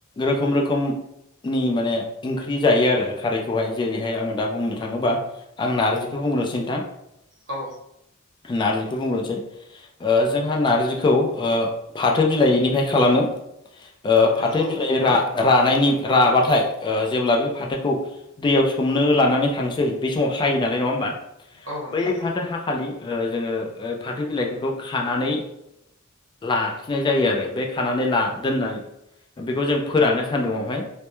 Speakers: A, on the left (about 20°); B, on the right (about 65°).
A: रोखोम रोखोमनि माने ओंख्रि जायो आरो खारैखौहाय जेरैहाय आङो दा बुंनो थाङोबा आं नार्जिखौ बुंग्रोनोसै नोंथां
B: औ
A: नार्जिखौ बुंग्रोनोसै जोंहा नार्जिखौ फाथो बिलाइनिफ्राय खालामो। ओ फाथो
B: नंगौ
A: बिलाइ रा रानायनि राबाथाय ओ जेब्ला बे फाथोखौ दैयाव सोमनो लानानै थांसै बे समाव हायो नालाय नङा होमबा
B: औ नंगौ
A: बै फाथो हाखालि ओ जोङो फाथो बिलाइफोरखौ खानानै लाखिनाय जायो आरो बे खानानै ला दोननाय बेखौ जों फोरानो सान्दुंआवहाय